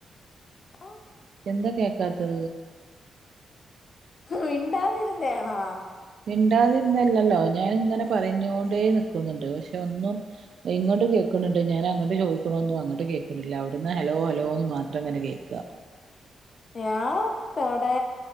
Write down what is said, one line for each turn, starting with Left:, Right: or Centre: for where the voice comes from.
Left: ഓ <inaudible>
Right: ന്താ കേക്കാത്തത്,
Left: മിണ്ടാതിരന്നാണോ?
Right: മിണ്ടാതിരുന്നല്ലല്ലോ ഞാൻ ഇങ്ങനെ പറഞ്ഞോണ്ടേ നിക്കുന്നുണ്ട്. പക്ഷെ ഒന്നും ഇങ്ങട്ട് കേക്കണിണ്ട് ഞാൻ അങ്ങട്ട് ചോദിക്കണൊന്നും അങ്ങട്ട് കേക്കണില്ല അവിടുന്ന് ഹലോ ഹലോന്ന് മാത്രം ഇങ്ങനെ കേക്കാ
Left: ഞാൻ വടെ